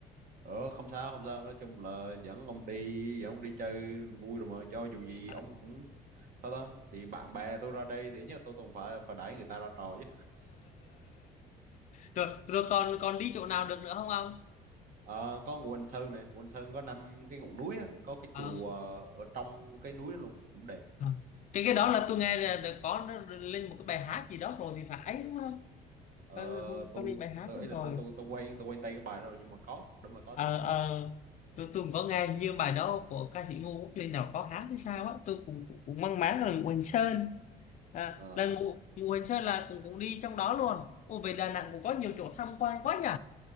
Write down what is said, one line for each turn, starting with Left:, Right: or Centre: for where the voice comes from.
Right: ờ không sao không sao nói chung là dẫn ông đi dẫn ông đi chơi vui rồi mà do dù gì
Left: <laughs>
Right: ông cũng sao ta thì bạn bè tôi ra đây thì nhất tôi cũng phải phải đẩy người ta ra trò chứ
Left: rồi rồi còn còn đi chỗ nào được nữa không ông?
Right: Ờ, có Ngũ Hành Sơn này Ngũ Hành Sơn có năm cái ngọn núi á, có cái
Left: Ờ,
Right: chùa ở trong cái núi đó luôn cũng đẹp
Left: Ờ. Cái cái đó là tôi nghe là là có nó lên một cái bài hát gì đó rồi thì phải đúng không?
Right: Ờ,
Left: Có,
Right: tôi
Left: có lên bài hát
Right: tôi
Left: đúng
Right: ấy là
Left: rồi.
Right: tôi tôi tôi quen tôi quen tay cái bài đó rồi nhưng mà có đúng là có
Left: Ờ
Right: thiệt
Left: ờ tôi, tôi cũng có nghe như bài đó của ca sĩ Ngô Quốc Linh nào có hát hay sao á, tôi cũng cũng, cũng mang máng là Ngụ Hành Sơn. À,
Right: ờ
Left: là Ngụ Ngụ Hành Sơn là cũng cũng đi trong đó luôn. Ồ về Đà Nẵng cũng có nhiều chỗ tham quan quá nhỉ?